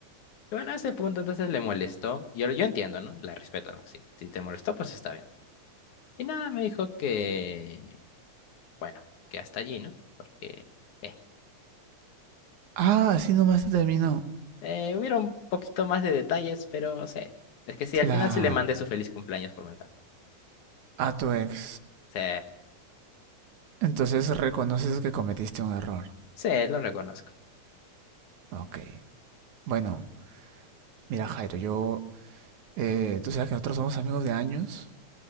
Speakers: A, on the left; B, on the right.
A: Bueno, a ese punto entonces le molestó. Yo, yo entiendo, ¿no? La respeto, ¿no? Sí, si te molestó, pues está bien. Y nada, me dijo que, bueno, que hasta allí, ¿no? Porque, eh,
B: Ah, así nomás te terminó.
A: eh, hubiera un poquito más de detalles, pero sé. Es que sí,
B: Claro,
A: al final sí le mandé su feliz cumpleaños por mensaje.
B: a tu ex.
A: Sí,
B: Entonces reconoces que cometiste un error.
A: sí, lo reconozco.
B: Ok. Bueno, mira Jairo, yo, eh, tú sabes que nosotros somos amigos de años,